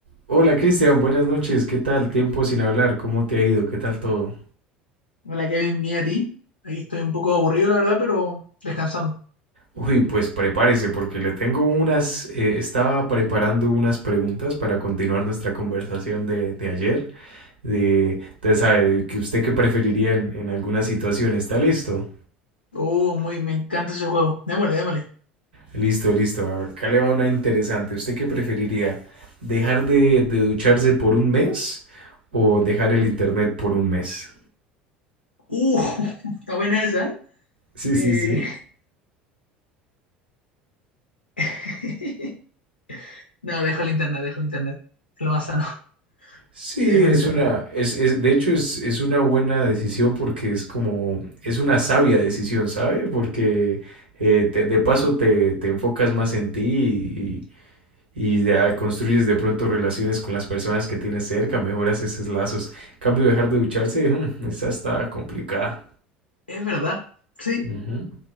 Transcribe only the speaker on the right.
Hola Cristian, buenas noches, ¿qué tal? Tiempo sin hablar, ¿cómo te ha ido? ¿Qué tal todo?
Uy, pues prepárese porque le tengo unas, eh, estaba preparando unas preguntas para continuar nuestra conversación de, de ayer, de, usted sabe, de que usted qué preferiría en, en alguna situación, ¿está listo?
Listo, listo, a ver, acá le va una interesante, ¿usted qué preferiría? ¿Dejar de, de ducharse por un mes o dejar el internet por un mes?
Sí,
sí, sí.
Sí,
es
una, es, es- de hecho es, es una buena decisión porque es como, es una sabia decisión, ¿sabe? Porque eh, te- de paso te, te enfocas más en ti y, y ya construyes de pronto relaciones con las personas que tienes cerca, mejoras esos lazos. En cambio, dejar de ducharse, mm, esa está complicada.
Ujú.